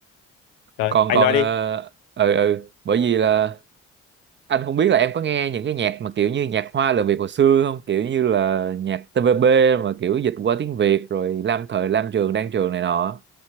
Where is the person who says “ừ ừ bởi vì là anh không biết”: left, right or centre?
Right